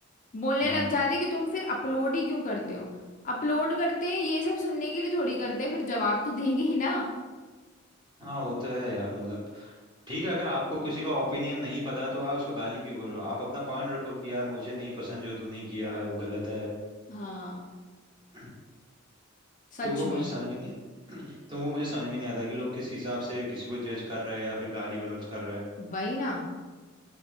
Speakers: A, on the left (about 40°); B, on the right (about 25°).
A: बोलने
B: हम्म
A: लग जाते हैं कि तुम फिर अपलोड ही क्यों करते हो अपलोड करते हैं ये सब सुनने के लिए थोड़ी करते हैं फिर जवाब तो देंगे ही ना
B: हाँ वो तो है यार मतलब ठीक है अगर आपको किसी का ओपिनियन नहीं पता तो आप उसको गाली क्यों बोल रहे हो आप अपना पॉइंट रखो कि यार मुझे नहीं पसंद जो तूने किया है वो गलत है
A: हाँ
B: <clears throat>
A: सच
B: तो वो
A: में
B: मुझे समझ में नहीं <clears throat> तो वो मुझे समझ में नहीं आता कि लोग किस हिसाब से किसी को जज कर रहे हैं या फिर गाली गलौज कर रहे हैं
A: वही ना